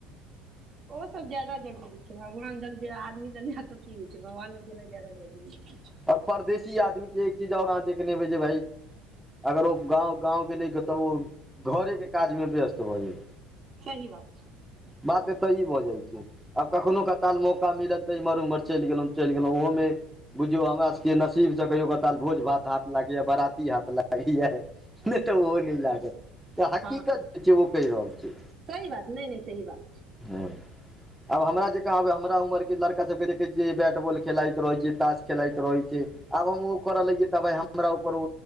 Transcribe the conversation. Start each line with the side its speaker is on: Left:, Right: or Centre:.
Right: <inaudible> ओ सब ज्यादा जरूरी छै भगवान ल आदमी लग लए क की होइ छै भगवान लग जेनाइ ज्यादा जरूरी छै
Centre: आओर परदेसी आदमी के एक चीज और आाँ देखने हेबई जे भाई अगर ओ गाँव गाँव गेलै तऽ ओ घरेके काजमे व्यस्त भऽ जाइ
Right: सही बात छै
Centre: बात एत ई भऽ जाइ छै आब कखनहु कताल मौका मिलल तऽ एम्हर ओम्हर चलि गेलहुँ चलि गेलहुँ ओहोमे बुझियो हमरा सबके नसीब से कहियो काल भोज भात हाथ लागैया बराती हाथ लागैया नहि तऽ ओहो न लागत तऽ हकीकत
Right: हँ हँ
Centre: जे छै ओ कह रहल छै
Right: सही बात नहि नहि सही बात
Centre: ह
Right: छै
Centre: आब हमरा
Right: हूँ
Centre: जे कहबय हमरा उमर के लड़का सबके देखे छियै बैट बॉल खेलाइत रहे छै तास खेलइत रहै छै आब हम ओ करऽ लगै तऽब हमरा ऊपर ओ